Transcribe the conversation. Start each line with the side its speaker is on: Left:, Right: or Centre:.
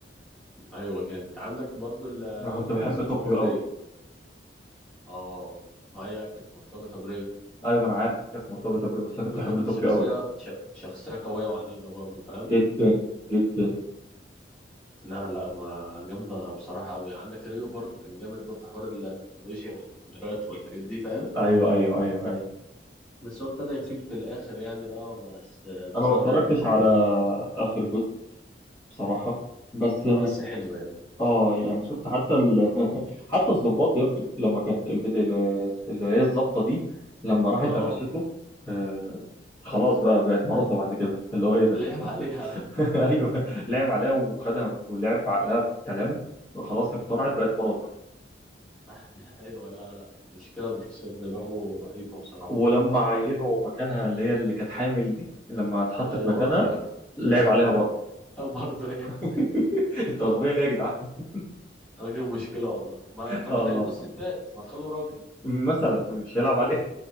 Centre: ايوه جامد عندك برضو ال- الواد
Left: انا كنت
Centre: كان
Left: بحب
Centre: اسمه
Left: طوكيو قوي
Centre: ريو اه مايا كانت مرتبطة بريو
Left: ايوه ما انا عارف كانت مرتبطه بري بس انا
Centre: طوكيو
Left: كنت بحب
Centre: جامدة
Left: طوكيو
Centre: شخصية
Left: قوي
Centre: ش... شخصية قوية وعنيدة برضو فاهم
Left: جدا جدا
Centre: لا لا ما جامدة بصراحة أوي عندك ريو برضو كان جامد بقى في حوار التكنولوجيا والكاميرات والحاجات دي فاهم
Left: ايوه ايوه ايوه ايوه
Centre: بس هو ابتدى يخيب في الآخر يعني بقى بس بسبب
Left: انا ما اتفرجتش
Centre: يعني الحب
Left: على
Centre: والكلام ده
Left: اخر جزء بصراحه بس
Centre: لا بس حلو يعني
Left: اه يعني شفت حتى ال... <laughs> حتى الضباط يا ابني لما كانت البد... ال- اللي هي الضابطه دي لما راحت
Centre: اه
Left: قفشته آه خلاص بقى بقت مراته بعد كده اللي هو ايه ده
Centre: لعب عليها <laughs> أيوه
Left: <laughs> ايوه لعب عليها وخدها ولعب في عقلها بكلام خلاص اقتنعت بقت مراته
Centre: <laughs> ايوه لا لا مشكله بروفيسور دماغه رهيبه بصراحه
Left: ولما عينوا مكانها اللي هي اللي كانت حامل دي لما اتحطت
Centre: ايوه
Left: مكانها
Centre: راك
Left: لعب
Centre: ايوه
Left: عليها برضه
Centre: <laughs> برضه هي
Left: <laughs>
Centre: كمان
Left: انتوا اغبياء ليه يا جدعان <laughs>
Centre: راجل مشكله والله ما طب
Left: اه
Centre: ما
Left: والله
Centre: تعينوش
Left: العظيم
Centre: ستات ما تخلوا راجل
Left: مثلا مش هيلعب عليه